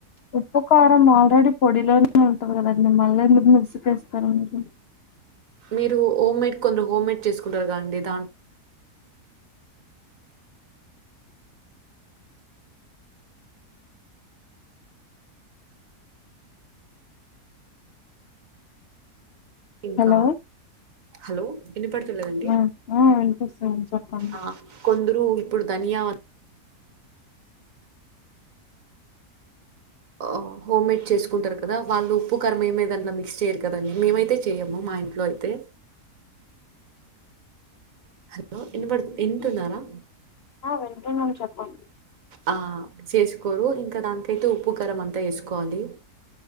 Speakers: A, on the left (about 80°); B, on the right (about 60°).
A: ఉప్పు కారం ఆల్రెడీ పొడిలో నే ఉంటది కదండి మళ్ళెందుకు మిక్సీకేస్తారండి
B: మీరు ఓమ్మేడ్ కొందరు హోమ్మేడ్ చేస్కుంటరు గా అండి దాం ఇంకా
A: హలో
B: హలో ఇనపడ్తలేదండి
A: ఆ ఆ వినిపిస్తుంది చెప్పండి
B: ఆ కొందరు ఇప్పుడు ధనియా ఆ హోమ్మేడ్ చేస్కుంటరు కదా వాళ్ళు ఉప్పు కారం మేమీదంల్ల మిక్స్ చేయరు కదండి మీమైతే చేయ్యము మా ఇంట్లో అయితే హలో ఇనపబడు ఇంటున్నారా
A: హా వింటున్నాను చెప్పం
B: ఆ చేస్కోరూ ఇంకా దానికైతే ఉప్పు కరమంతా ఏస్కోవాలీ